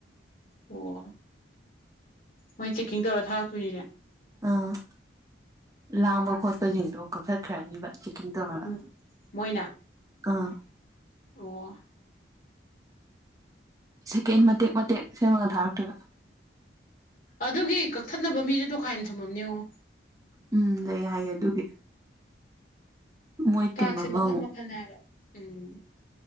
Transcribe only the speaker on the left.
ꯑꯣ꯫ ꯃꯣꯏ ꯆꯦꯛꯀꯤꯡ ꯇꯧꯔꯒ ꯊꯥꯔꯛꯇꯣꯏꯅꯤꯅꯦ꯫
ꯎꯝ ꯃꯣꯏꯅ
ꯑꯣ꯫
ꯑꯗꯨꯒꯤ ꯀꯛꯊꯠꯅꯕ ꯃꯤꯁꯨ ꯇꯣꯈꯥꯏꯅ ꯊꯝꯃꯝꯅꯦꯉꯣ꯫
ꯇꯥꯛꯁꯁꯦ
ꯃꯈꯟ ꯃꯈꯟꯅꯦ ꯍꯥꯏꯕ ꯎꯝ꯫